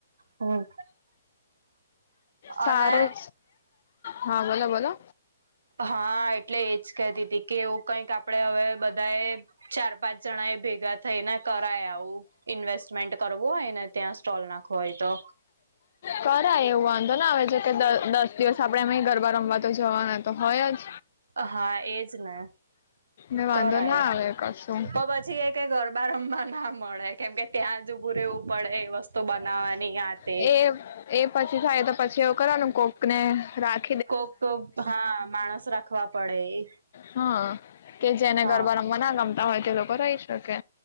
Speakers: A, on the right; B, on the left.
A: હમ.
B: સારું
A: અને
B: હા બોલો બોલો.
A: હા એટલે એ જ કેતી હતી કે એવું કઈક આપડે હવે બધા એ ચાર પાંચ જણા એ ભેગા થઈને કરાય આવું ઇન્વેસ્ટમેન્ટ કરવું હોય ને ત્યાં સ્ટોલ નાખવો હોય તો.
B: કરાય એવું વાંધો ના આવે જે કે દસ દિવસ આપડે એમાંય ગરબા રમવા તો જવાના તો હોય જ.
A: હા એજ ને
B: ને વાંધો
A: કરાય
B: ના આવે કશું.
A: તો પછી એક કે ગરબા રમવા ના મળે. કેમ કે ત્યાં જ ઊભું રહેવું પડે એ વસ્તુ બનાવવાની આ તે.
B: એ એ પછી થાય તો પછી એવું કરવાનું કોક ને રાત
A: કોક હા માણસ રાખવા પડે એ
B: હા કે જેને
A: હા
B: ગરબા ના રમતા હોય તે લોકો રહી શકે.